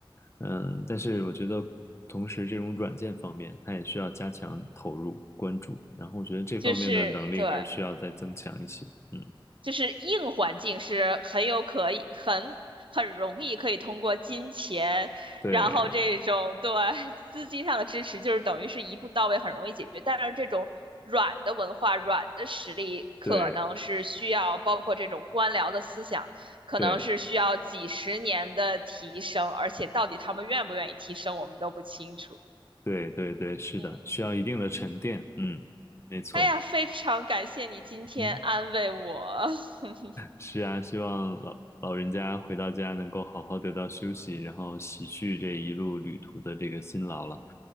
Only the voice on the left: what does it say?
嗯，但是我觉得同时这种软件方面，它也需要加强投入关注。然后我觉得这方面的能力还是需要再增强一些。
嗯，
对
对。
对
对对对，是的，
需要一定的沉淀。嗯，没错。
嗯，
是啊，希望老老人家回到家能够好好得到休息，然后洗去这一路旅途的这个辛劳了。